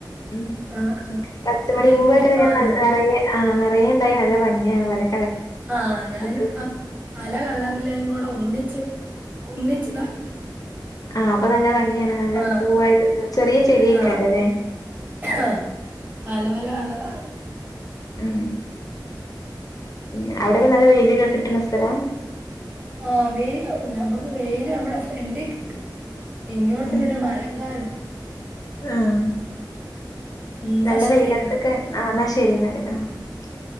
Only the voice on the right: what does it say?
ആ, ആ.
ചെടിയൊക്കെ
ഇഷ്ടമാണോ?
ആ ഞാനിപ്പ
പല കളർ എല്ലയും കൂടെ ഒന്നിച്ച് ഒന്നിച്ച് നട്ട്
ആ.
ആ. ആ, പല പല കളറാകും.
ആഹ് വെയില് <unintelligible> നമ്മക്ക് വെയില് നമ്മടെ ഫ്രണ്ടീ കിട്ടും ഇങ്ങോട്ട്
പിന്നെ മരംകാല
എന്നാ
ശരി.